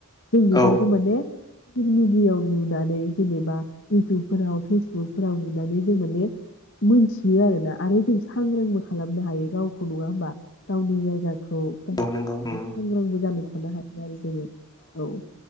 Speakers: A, on the left; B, on the left.
A: जों बेफोरखौ
B: औ
A: माने ससियेल मिडियायाव नुनानै जेनेबा इउटुबफोराव फेसबुकफोराव नुनानै जों माने मोनथियो आरोना आरो जों सांग्रांबो खालामनो हायो गावखौ नङा होमबा गावनि जायगा <unintelligible>
B: औ नंगौ
A: सांग्रांबो
B: उम
A: जानो माहारियारि जोङो औ।